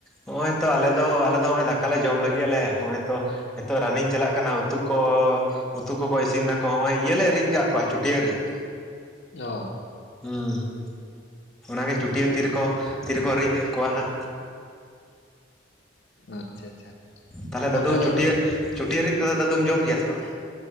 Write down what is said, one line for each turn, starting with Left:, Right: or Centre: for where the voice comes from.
Centre: ᱱᱚᱜᱼᱚᱭ ᱛᱚ ᱟᱞᱮ ᱫᱚ ᱟᱞᱮ ᱫᱚ ᱱᱚᱜᱚᱭ ᱫᱟᱠᱟ ᱞᱮ ᱡᱚᱢ ᱞᱟᱜᱤᱫ ᱟᱞᱮ ᱱᱚᱜᱼᱚᱭ ᱛᱚ ᱱᱤᱛᱚᱜ ᱨᱟᱱᱤᱝ ᱪᱟᱞᱟᱜ ᱠᱟᱱᱟ ᱩᱛᱩ ᱠᱚ ᱩᱛᱩ ᱠᱚᱠᱚ ᱤᱥᱤᱱ ᱫᱟᱠᱚ ᱱᱚᱸᱜᱼᱚᱭ ᱤᱭᱟᱹᱞᱮ ᱨᱤᱫ ᱠᱟᱜ ᱠᱚᱣᱟ ᱪᱩᱴᱭᱟᱹ ᱨᱤᱫ
Left: ᱚ
Centre: ᱦᱩᱸ ᱚᱱᱟᱜᱮ ᱪᱩᱹᱴᱤᱭᱟ ᱛᱤᱨᱮᱠᱚ ᱛᱤᱨᱮᱠᱚ ᱨᱤᱫ ᱮᱫ ᱠᱚᱣᱟ ᱦᱟᱸᱜ
Left: ᱟᱪᱪᱷᱟ ᱟᱪᱪᱷᱟ
Centre: ᱛᱟᱦᱚᱞᱮ ᱫᱟᱫᱩ
Left: ᱚᱱᱛᱮ ᱫᱚ
Centre: ᱪᱩᱴᱤᱭᱟᱹ ᱪᱩᱴᱤᱭᱟᱹ ᱨᱤᱫ ᱠᱚᱫᱚᱢ ᱫᱟᱫᱩᱢ ᱡᱚᱢ ᱜᱮᱭᱟ ᱥᱮ ᱵᱟᱝ